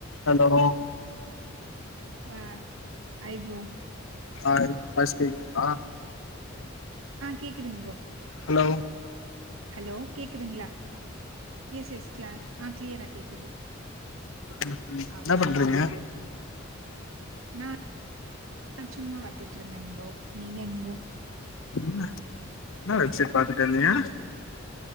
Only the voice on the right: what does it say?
வ ஐப்ரோ
ஆ கேக்குதுங் ப்ரோ
ஹலோ கேக்குதுங்களா எஸ் எஸ் கிலாஸ் ஆ கிளியரா கேக்குது
ஒகே
ஒகேங்க ப்ரோ நா <inaudible> சும்மா பத்துட்டு இருந்தேங் ப்ரோ நீங்கங் ப்ரோ